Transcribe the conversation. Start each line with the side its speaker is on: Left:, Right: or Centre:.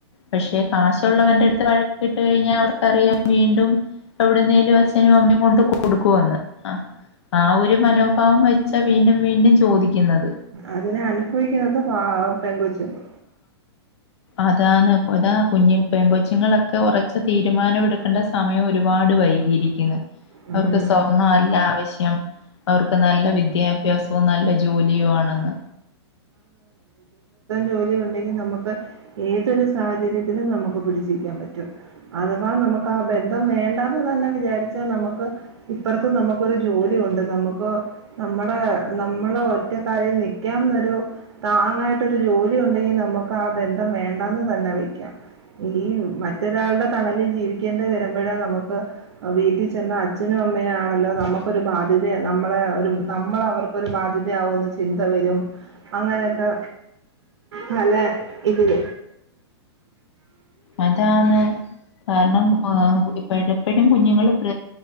Left: പക്ഷെ കാശുള്ളവൻന്റെ അടുത്ത് വഴക്കിട്ട് കഴിഞ്ഞാൽ അവർക്കറിയാം വീണ്ടും എവിടുന്നേലും അച്ഛനും അമ്മയും കൊണ്ട് കൊ കൊടുക്കുന്ന്അ ആ ഒരു മനോഭാവം വെച്ചാ വീണ്ടും വീണ്ടും ചോദിക്കുന്നത്
Right: അതിനെ അനുഭവിക്കുന്നത് പാവം പെൺ കൊച്ചിങ്ങ
Left: അതാന്ന് അതാ കുഞ്ഞു പെൺ കൊച്ചുങ്ങളൊക്കെ ഉറച്ച തീരുമാനമെ ടുക്കേണ്ട സമയം ഒരുപാട് വൈകിയിരിക്കുന്നു
Right: ഉം
Left: അവർക്ക് സ്വർണം അല്ല ആവശ്യം അവർക്ക് നല്ല വിദ്യാഭ്യാസവും നല്ല ജോലിയും ആണെന്ന്
Right: ജോലി ഉണ്ടെങ്കിൽ നമുക്ക് ഏതൊരു സാഹചര്യത്തിലും നമുക്ക് പിടിച്ച് നിക്കാൻ പറ്റും. അഥവാ നമുക്ക് ആ ബന്ധം വേണ്ടാന് തന്നെ വിചാരിച്ചാൽ നമുക്ക് ഇപ്പറത്ത് നമുക്കൊരു ജോലി ഒണ്ട് നമുക്ക് പ്പൊ നമ്മടെ നമ്മള ഒറ്റക്കാലിൽ നിക്കാന്നൊരു താങ്ങായിട്ടൊരു ജോലി ഒണ്ടെങ്കിൽ നമുക്ക് ആ ബന്ധം വേണ്ടാന്ന് ന്നെ വെക്കാം ഈ മറ്റൊരാളുടെ തണലിൽ ജീവിക്കേണ്ടി വരുമ്പോഴാ നമുക്ക് അ വീട്ടി ചെന്നാ നും അമ്മയ ആണല്ലോ നമുക്കൊരു ബാ ബാധ്യ നമ്മളെ ഒരു നമ്മളവർക്കൊരു ബാധ്യതയാകുമന്ന് ചിന്ത വരും അങ്ങനെയൊക്കെ പല ഇതിൽ
Left: അതാണ് കാരണം ഇപ്പ എപ്പോഴും കുഞ്ഞുങ്ങള്